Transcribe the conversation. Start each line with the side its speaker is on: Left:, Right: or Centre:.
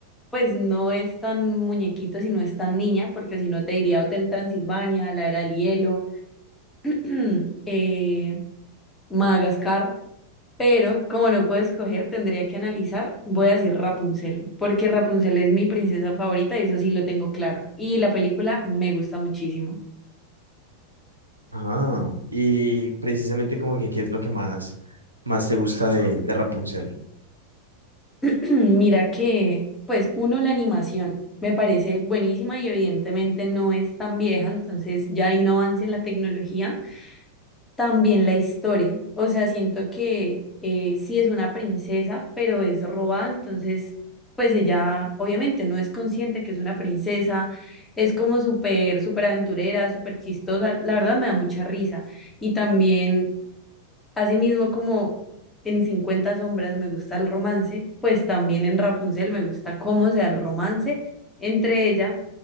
Left: pues no es tan muñequito, sino es tan niña, porque si no te diría Hotel Transilvania, La Era del Hielo, <clears throat> eh, Madagascar. Pero como no puedo escoger, tendría que analizar. Voy a decir Rapunzel, porque Rapunzel es mi princesa favorita y eso sí lo tengo claro. Y la película me gusta muchísimo.
Right: Ah, y precisamente como que qué es lo que más, más te gusta de, de Rapunzel.
Left: <clears throat> Mira que, pues uno, la animación me parece buenísima y evidentemente no es tan vieja, entonces ya hay un avance en la tecnología También la historia, o sea, siento que eh, sí es una princesa, pero es robada, entonces, pues ella obviamente no es consciente que es una princesa, es como súper, súper aventurera, súper chistosa, la verdad me da mucha risa. Y también Asimismo, como en 50 sombras me gusta el romance, pues también en Rapunzel me gusta cómo se da el romance entre ella